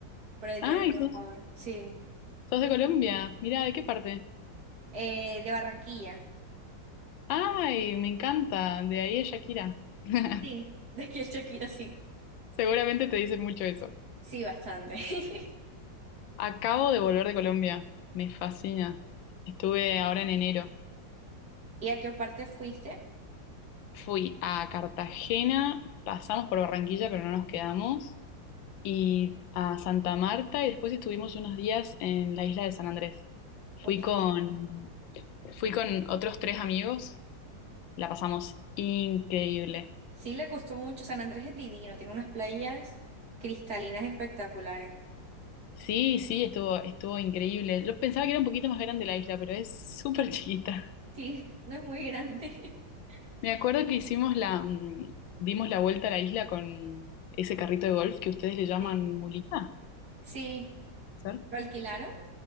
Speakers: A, on the right; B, on the left.
A: por el
B: ¡Ay!
A: Día del Trabajador.
B: ¿Sos,
A: Sí.
B: sos de Colombia? Mira, ¿de qué parte?
A: Eh, de Barranquilla.
B: ¡Ay! Me encanta. De ahí es Shakira. <laughs>
A: Sí, <laughs> de aquí en Shakira, sí.
B: Seguramente te dicen mucho eso.
A: Sí, bastante. <laughs>
B: Acabo de volver de Colombia. Me fascina. Estuve ahora en enero.
A: ¿Y a qué parte fuiste?
B: Fui a Cartagena, pasamos por Barranquilla, pero no nos quedamos. y a Santa Marta y después estuvimos unos días en la isla de San Andrés. Fui
A: Ok.
B: con, fui con otros tres amigos, la pasamos increíble.
A: Sí, le gustó mucho. San Andrés es divino, tiene unas playas cristalinas espectaculares.
B: Sí, sí, estuvo, estuvo increíble. Yo pensaba que era un poquito más grande la isla, pero es súper <laughs> chiquita.
A: Sí, no es muy grande. <laughs>
B: Me acuerdo que hicimos la, mm, dimos la vuelta a la isla con ese carrito de golf que ustedes le llaman
A: Sí.
B: mulita.
A: Sí.
B: ¿puede ser?
A: ¿Lo alquilaron?